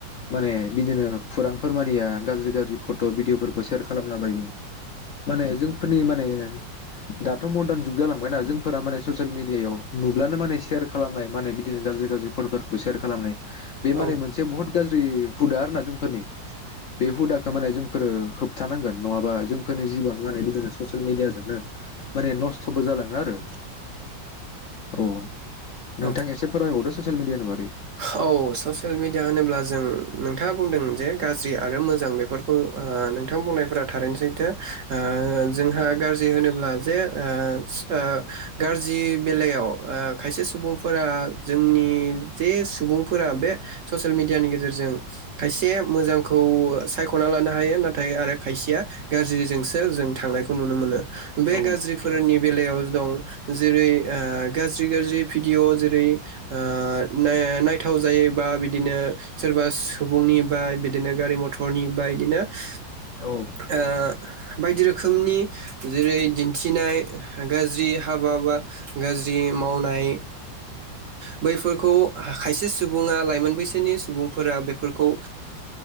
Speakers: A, on the left; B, on the right.
A: माने बिदिनो खुरांफोर मानिया गाज्रि गाज्रि फट' भिडिअफोरखौ शेयार खालामला बायो माने जोंफोरनि माने दाथ' मरदान जुग जालांबायना जोंफोरा माने ससियेल मेडियायाव नुब्लानो माने सेयार खालामनाय माने बिदिनो गाज्रि गाज्रि फट'फोरखौ शेयार खालामनाय । बे
B: औ
A: माने मोन बुहुत गाज्रि हुदा आरोना जोंफोरनि बे हुदाखौ माने जोंफोरो होबथानांगोन नङाबा जोंफोरनि जिबन माने बिदिनो ससियेल मिडियाजोंनो माने नस्थ'बो जालाङो आरो औ। नोंथां
B: औ
A: एसे फोरमायबावदो। ससियेल मिदियानि बादै।
B: औ ससियेल मिडिया होनोब्ला जों नोंथाङा बुंदों जे गाज्रि आरो मोजां बेफोरखौ ओ नोंथां बुंनायफोरा थारैनो सैथो। ओ जोंहा गाज्रि होनोब अब्ला जे ओ ओ गाज्रि बेलायाव ओ खायसे सुबुंफोरा जोंनि जे सुबुंफोरा बे ससियेल मेडियानि गेजेरजों खायसे मोजांखौ सायख'ना लानो हायो नाथाय आरो खायसेया गाज्रिजोंसो जों थांनायखौ नुनो मोनो। बे
A: औ
B: गाज्रिफोरनि बेलायाव दं जेरै ओ गाज्रि गाज्रि भिडिअ जेरै ओ नाया नाय थाव जायोबा बिदिनो सोरबा सुबुंनि बा बिदिनो गारि मथरनि बा बिदिनो ओ
A: औ
B: बायदि रोखोमनि जेरै दिन्थिनाय गाज्रि हाबा बा गाज्रि मावनाय बैफोरखौ खायसे सुबुङा लाइमोन बैसोनि सुबुंफोरा बेफोरखौ ओ